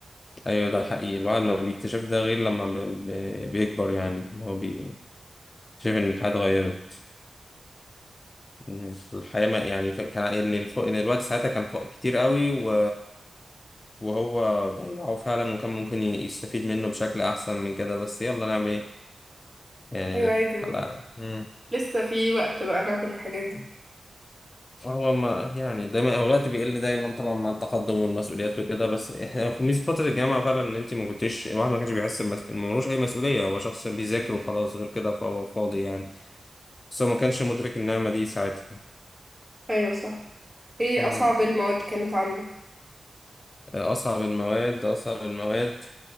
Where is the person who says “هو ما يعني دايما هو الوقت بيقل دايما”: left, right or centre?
Left